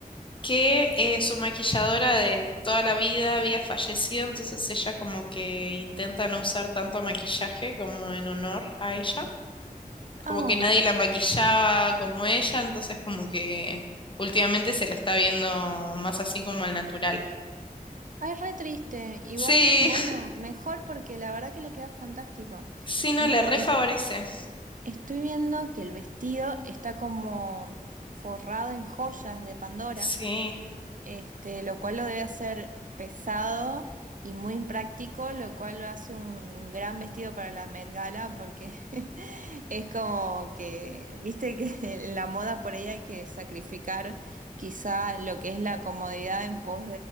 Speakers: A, on the left (about 35°); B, on the right (about 60°).
A: que eh, su maquilladora de toda la vida había fallecido, entonces ella como que intenta no usar tanto maquillaje como en honor a ella, como
B: Ah,
A: que nadie la maquillaba como ella, entonces como que últimamente se la está viendo más así como al natural.
B: ay, re triste. Igual,
A: Sí,
B: bueno, mejor porque la verdad que le queda fantástico.
A: <laughs> sí,
B: Y
A: no le refavorece.
B: es- estoy viendo que el vestido está como forrado en joyas de Pandora,
A: Sí,
B: este, lo cual lo debe hacer pesado y muy impráctico, lo cual lo hace un gran vestido para la Met Gala porque <laughs> es como que, viste que en la moda por ahí hay que sacrificar quizá lo que es la comodidad en pos